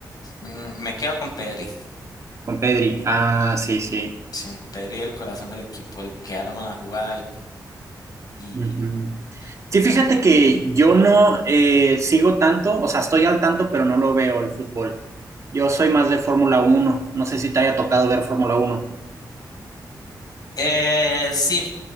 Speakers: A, on the left; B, on the right.
A: Mm, me quedo con Pedri,
B: Con Pedri. Ah, sí, sí.
A: sin Pedri el corazón del equipo, el que arma la jugada el- y
B: Ujú. Sí,
A: el-
B: fíjate que yo no eh, sigo tanto, o sea, estoy al tanto, pero no lo veo el fútbol. Yo soy más de Fórmula Uno. no sé si te haya tocado ver Fórmula Uno.
A: eh, sí,